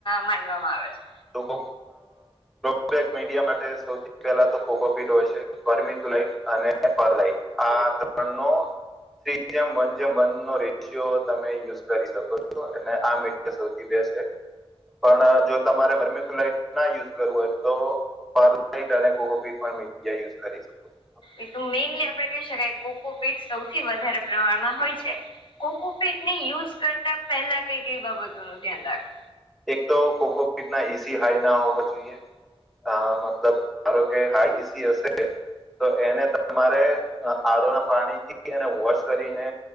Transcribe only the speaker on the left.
માનવામાં આવે છે?
એ તો મેઈનલી આપે કહી શકાય કોકોપીટ સૌથી વધારે પ્રમાણમાં હોય છે. કોકોપીટ ને યુઝ કરતા પહેલા કઈ કઈ બાબતો નું ધ્યાન રાખો?